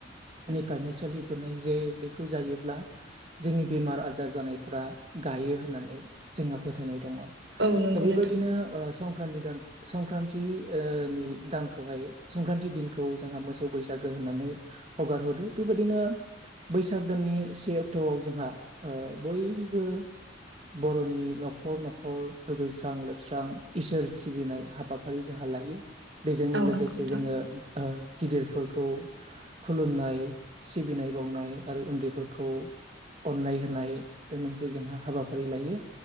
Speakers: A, on the right (about 35°); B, on the right (about 75°).
A: निफ्रायनो सोलिबोनाय जे बेखौ जायोब्ला जोंनि बेमार आजार जानायफ्रा गायो होननानै जोंहा फोथायनाय दं
B: औ नंगौ
A: दा बेबायदिनो
B: नोंथां
A: ओ सम संक्रान्ति दान संक्रान्ति ओ नि दानखौहाय संक्रान्ति दिनखौ जोंहा मोसौ बैसागो होननानै हगार हरो बेबायदिनो बैसाग दाननि से अक्ट'आव जोंहा बयबो
B: <unintelligible>
A: बर'नि न'खर न'खर दुगैस्रां लोबस्रां इसोर सिबिनाय हाबाफारि जोंहालाय बेजोंनो
B: औ
A: लोगोसे
B: नंगौ नोंथां
A: जोङो ओ गिदिरफोरखौ खुलुमनाय सिबिनाय बावनाय आरो उन्दैफोरखौ अननाय होनाय बे मोनसे जोंहा हाबाफारि लायो